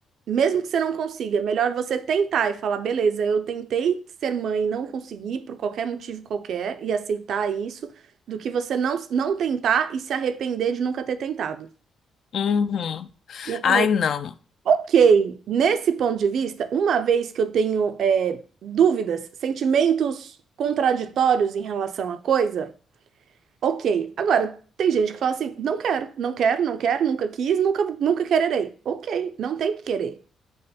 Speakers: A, on the right; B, on the left.
A: mesmo que você não consiga, é melhor você tentar e falar, beleza, eu tentei ser mãe, e não consegui por qualquer motivo qualquer, e aceitar isso, do que você não, não tentar e se arrepender de nunca ter tentado.
B: uhum.
A: E eu falei,
B: Ai, não.
A: ok, nesse ponto de vista, uma vez que eu tenho é, dúvidas, sentimentos contraditórios em relação à coisa. Ok. Agora, tem gente que fala assim: não quero, não quero, não quero, nunca quis, nunca, nunca quererei. Ok, não tem que querer.